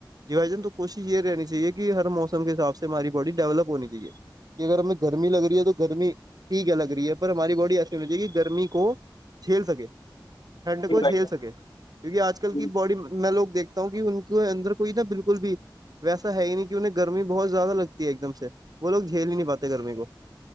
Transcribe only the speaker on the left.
جی
بھائی
جان
جی